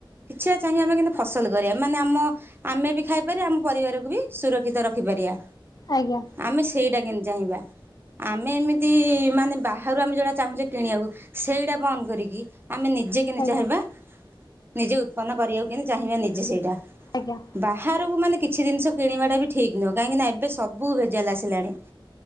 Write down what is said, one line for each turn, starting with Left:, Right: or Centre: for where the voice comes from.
Right: କିଛିଟା ଚାହି ଆମେ କିନ୍ତୁ? ଫସଲ କରିବା ମାନେ ଆମ ଆମେ ବି ଖାଇପାରିବା ଆମ ପରିବାରକୁ ବି ସୁରକ୍ଷିତ ରଖିପାରିବା।
Left: ଆଜ୍ଞା
Right: ଆମେ ସେଇଟା କେମତି ଚାହିଁବା। ଆମେ ଏମିତି ମାନେ ବାହାରୁ ଆମେ ଯୋଉଟା ଚାହୁଁଛେ କିଣିବାକୁ ସେଇଟା ବନ୍ଦ କରିକି ଆମେ ନିଜେ କେମିତି
Left: ଆଜ୍ଞା
Right: ଚାହିଁବା ନିଜେ ଉତ୍ପନ୍ନ କରିବାକୁ। ଚାହିଁବା ନିଜେ ସେଇଟା
Left: ଆଜ୍ଞା
Right: ବାହାରକୁ ମାନେ କିଛି ଜିନିଷ କିଣିବା ଟା ବି ଠିକ ନୁହଁ କାହିଁକିନା ଏବେ ସବୁ ଭେଜାଲ ଆସିଲାଣି।